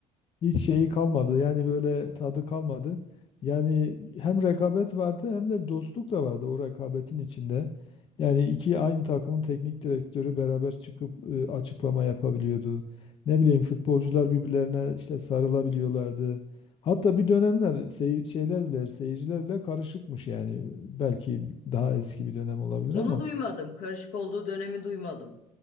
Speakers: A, on the left (about 40°); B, on the left (about 70°).
A: hiç şeyi kalmadı. Yani böyle tadı kalmadı. Yani hem rekabet vardı hem de bir dostluk da vardı o rekabetin içinde. Yani iki aynı takımın teknik direktörü beraber çıkıp e, açıklama yapabiliyordu. Ne bileyim futbolcular birbirlerine işte sarılabiliyorlardı. Hatta bir dönemler sey- şeyler bile seyirciler bile karışıkmış yani. Belki daha eski bir dönem olabilir
B: Onu
A: ama
B: duymadım. Karışık olduğu dönemi duymadım.